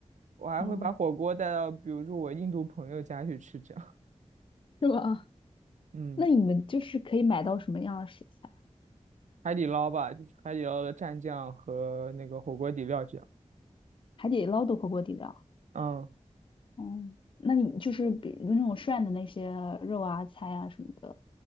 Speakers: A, on the right (about 85°); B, on the left (about 45°).
A: 我还会把火锅带到比如说我印度朋友家去吃这样，
B: 嗯，是吧？
A: <laughs> 嗯。
B: 那你们就是可以买到什么样的食材？
A: 海底捞吧，就是海底捞的蘸酱和那个火锅底料酱。
B: 还得捞到火锅底料。
A: 嗯，
B: 哦，那你就是比如那种涮的那些肉啊、菜啊什么的，